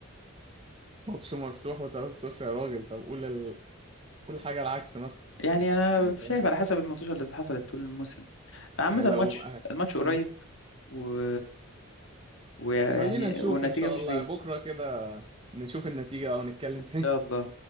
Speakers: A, on the right (about 25°); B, on the left (about 65°).
A: ماتش مفتوح وثلاثة صفر يا راجل طب قول ال... قول حاجة العكس مثلا
B: يعني انا
A: يعني
B: شايف
A: فاهم
B: على حسب الماتشات اللي حصلت طول الموسم عامة
A: يعني
B: الماتش
A: لو
B: الماتش
A: مم.
B: قريب و... ويعني
A: خلينا نشوف
B: والنتيجة
A: إن شاء
B: مش
A: الله
B: بعيد
A: بكرة كده نشوف النتيجة أو نتكلم
B: إن
A: تاني
B: شاء الله